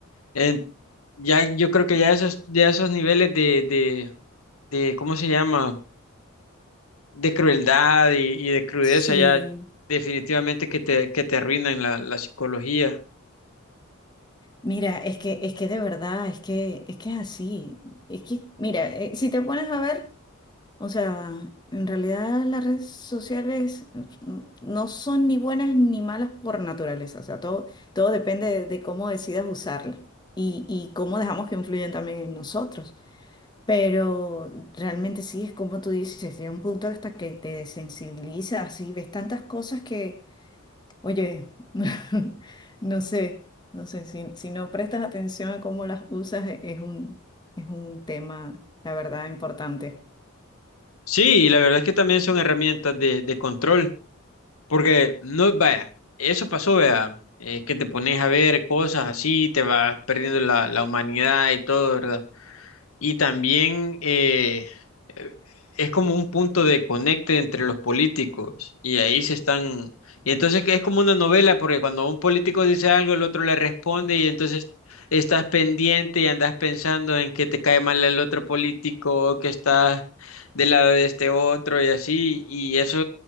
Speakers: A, on the left; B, on the left.
A: En- ya, yo creo que ya esos, ya esos niveles de, de, de, ¿cómo se llama? De crueldad y, y de crudeza
B: sí.
A: ya definitivamente que te, que te arruinan la la psicología.
B: Mira, es que, es que de verdad, es que, es que es así. Es que, mira, eh, si te pones a ver, o sea, en realidad las redes sociales mm, no son ni buenas ni malas por naturaleza. O sea, todo, todo depende de, de cómo decidas usarla y, y cómo dejamos que influyan también en nosotros. Pero realmente sí, es como tú dices, llega un punto hasta que te desensibilizas y ves tantas cosas que Oye, <laughs> no sé, no sé, si, si no prestas atención a cómo las usas, e- es un, es un tema, la verdad, importante.
A: Sí, y la verdad es que también son herramientas de, de control, porque no, vaya, eso pasó, vea, eh, que te pones a ver cosas así, te vas perdiendo la, la humanidad y todo, ¿verdad? y también eh, eh, es como un punto de conecte entre los políticos y ahí se están... Y entonces es como una novela porque cuando un político dice algo el otro le responde y entonces estás pendiente y andas pensando en que te cae mal el otro político o que estás del lado de este otro y así y eso